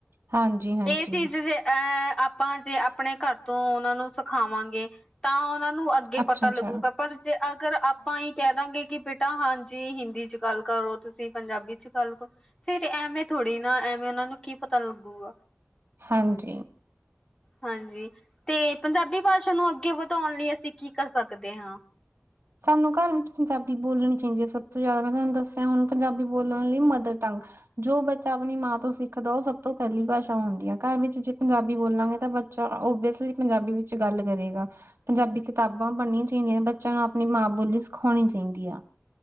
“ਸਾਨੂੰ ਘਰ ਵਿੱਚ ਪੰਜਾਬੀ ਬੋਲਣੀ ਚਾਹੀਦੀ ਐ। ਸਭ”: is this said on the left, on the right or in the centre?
Right